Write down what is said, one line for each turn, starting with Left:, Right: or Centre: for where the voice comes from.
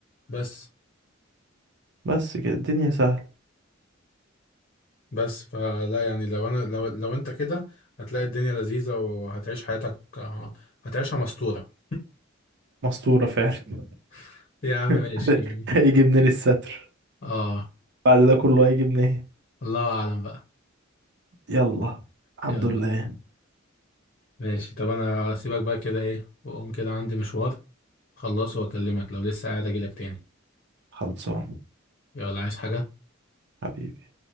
Left: بس
Right: بس كده الدنيا سهلة
Left: بس فلا يعني لو انا لو لو انت كده هتلاقي الدنيا لذيذة وهتعيش حياتك آه، هتعيشها مستورة
Right: مستورة فعلا
Left: <laughs> يا عم
Right: <laughs>
Left: ماشي
Right: هيجي منين الستر
Left: اه
Right: بعد ده كله هيجي منين
Left: الله اعلم بقى
Right: يلا الحمد
Left: يلا
Right: لله
Left: ماشي طب انا هسيبك بقى كده ايه واقوم كده عندي مشوار خلصه واكلمك لو لسه قاعد اجيلك تاني
Right: خلصان
Left: يلا عايز حاجة
Right: حبيبي